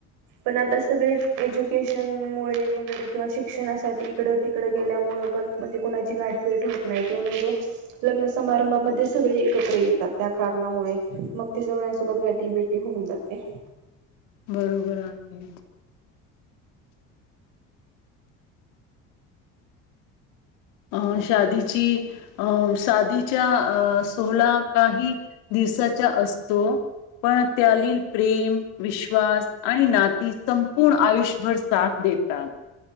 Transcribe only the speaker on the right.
पण आता सगळे एज्युकेशन मु वगैरे किंवा श शिक्षणासाठी इकड तिकड गेल्यामुळे पण म्हणजे कोणाची गाटबेट होत नाही ते म्हणजे लग्न समारंभामध्ये सगळे एकत्र येतात त्या कारणामुळे मग ते सगळ्यांसोबत गाठीी बेटी होऊन जाते.